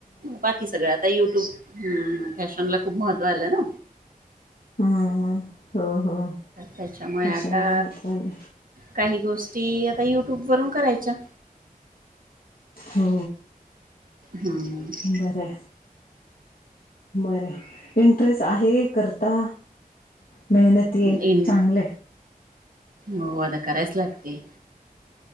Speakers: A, on the right; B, on the left.
A: बाकी सगळं आता युट्यूब फॅशनला खूप महत्त्व आलं ना
B: हम् हो हो
A: त्याच्यामुळे
B: फॅशनला
A: आता
B: महत्त्व आलं.
A: काही गोष्टी आता युट्यूब वरून करायच्या
B: हो
A: हम्म
B: बरंय बरंय इंटरेस्ट आहे करता मेहनती
A: इन
B: चांगलय
A: हो आता करायच लागतय